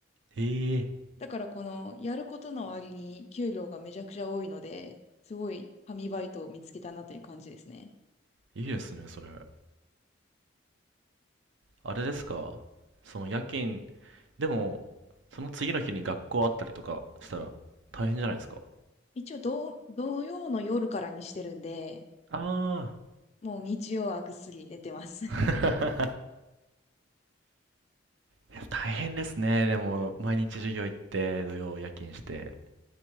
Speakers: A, on the right (about 70°); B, on the left (about 35°).
A: ええ、
B: だからこのやることの割に給料がめちゃくちゃ多いので、すごい神バイトを見つけたなという感じですね。
A: いいですね、それ。あれですかその夜勤でも、その次の日に学校あったりとかしたら大変じゃないですか。
B: 一応土、土曜の夜からにしてるんで、
A: ああ。
B: もう日曜はぐっすり寝てます。
A: <laughs>
B: <laughs>
A: いや大変ですね。でも、毎日授業行って、土曜夜勤して。